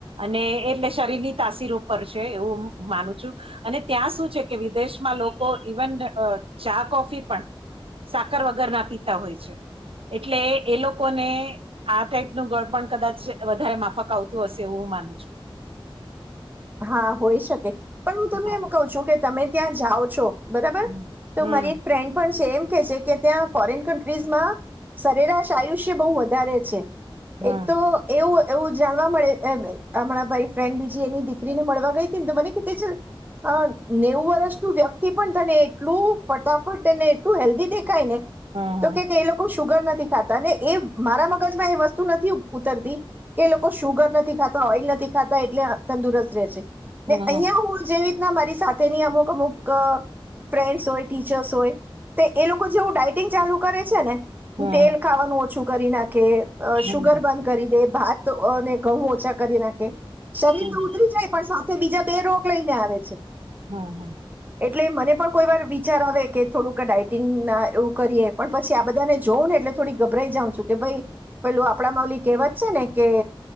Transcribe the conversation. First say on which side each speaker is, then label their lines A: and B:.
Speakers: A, on the right; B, on the right.
A: અને એટલે શરીરની તાસીરો ઉપર છે એવું માનું છું અને ત્યાં શું છે કે વિદેશમાં લોકો ઇવન ચા કોફી પણ સાકર વગર ના પીતા હોય છે. એટલે એ લોકોને આ ટાઈપનું ગળ પણ કદાચ વધારે માફક આવતું હશે એવું હું માનું છું
B: હા હોય શકે પણ હું
A: હા
B: તમને એમ કઉ છું કે તમે ત્યાં જાઓ છો બરાબર
A: હમ.
B: તો
A: હમ
B: મારી એક ફ્રેન્ડ પણ છે એમ કે કે ત્યાં ફોરેન કન્ટ્રીઝમાં સરેરાશ આયુષ્ય બહુ વધારે છે
A: હમ
B: એક તો એવું એવું જાણવા મળે હમણાં ભાઈ ફ્રેન્ડ બીજી એની દીકરી ને મળવા ગઈ તી મને કે તેજલ અ નેવું વર્ષ નું વ્યક્તિ પણ તને એટલું ફટાફટ તેને એટલું હેલ્ધી દેખાય ને
A: હમ
B: તો કે ક એ લોકો શુગર નથી ખાતા ને એ મારા મગજમાં એ વસ્તુ નથી ઉતરતી કે લોકો સુુગર નથી ખાતા ઓઇલ નથી ખાતા એટલે તંદુરસ્ત રે છે ને
A: હમ
B: અહીંયા હું જેવી રીતના મારી સાથેની અમુક અમુક ફ્રેન્ડસ હોય ટીચર્સ હોય તો એ લોકો જેવું ડાયટિંગ ચાલુ કરે છે ને
A: હમ
B: તેલ ખાવાનું ઓછું કરી નાખે કે
A: હમ
B: શુગર બંધ કરી દે ભાતને ઘઉં ઓછા કરી નાખે શરીર
A: હમ.
B: તો ઉતરી જાય સાથે બીજા બે રોગ લઈને આવે છે
A: હા હા
B: એટલે મને પણ કોઈ વાર વિચાર આવે કે થોડુંક ડઇટિંગ ના એવું કરીએ પણ પછી આ બધાને જોઉં ને એટલે થોડીક ગભરાઈ જાઉ છું કે ભાઈ પેલું આપણા મૌલિક એવા જ છે ને કે